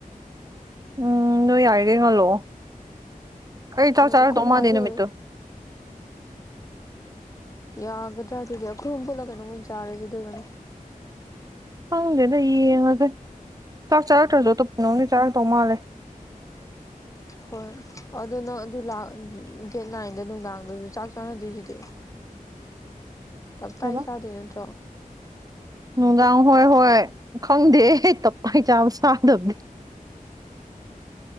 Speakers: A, on the right; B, on the left.
A: ꯎꯝ ꯅꯣꯏ ꯌꯥꯔꯤꯈꯩ ꯉꯜꯂꯛꯑꯣ ꯑꯩ ꯆꯥꯛ
B: ꯍꯣꯏ
A: ꯆꯥꯔꯛꯇꯧ
B: ꯑꯩꯈꯣꯏ ꯃꯥꯗꯣ
A: ꯃꯥꯥꯟꯗꯦ ꯅꯨꯃꯤꯠꯇꯣ
B: ꯌꯥꯒꯗ꯭ꯔꯥ ꯑꯗꯨꯗꯤ ꯑꯩꯈꯣꯏ ꯍꯨꯝ ꯄꯨꯜꯂ ꯀꯩꯅꯣꯃ ꯑꯣꯏꯅ ꯆꯥꯔꯁꯦ ꯑꯗꯨ ꯑꯣꯏꯒꯅ
A: ꯈꯪꯗꯦꯗ ꯌꯦꯡꯉꯁꯦ ꯆꯥꯛ ꯆꯥꯔꯛꯇ꯭ꯔꯁꯨ ꯑꯇꯣꯞꯄ ꯀꯩꯅꯣꯝ ꯗꯤ ꯆꯥꯔꯛꯇꯧ ꯃꯥꯜꯂꯦ
B: ꯍꯣꯏ ꯑꯗꯣ ꯅꯪ ꯑꯗꯨ ꯂꯥꯛ ꯗꯦꯠ ꯅꯥꯏꯟꯗ ꯅꯨꯡꯗꯥꯡꯗꯁꯨ ꯆꯥꯛ ꯆꯥꯅꯗꯣꯏꯁꯤꯗꯤ ꯇꯞꯇꯥꯏ
A: ꯀꯩꯕ
B: ꯆꯥꯗꯣꯏ ꯅꯠꯇ꯭ꯔꯣ
A: ꯅꯨꯡꯗꯥꯡ ꯍꯣꯏ ꯍꯣꯏ ꯈꯪꯗꯦꯍꯦ ꯇꯞꯇꯥꯏ ꯆꯥꯕ ꯆꯥꯗꯕꯗꯤ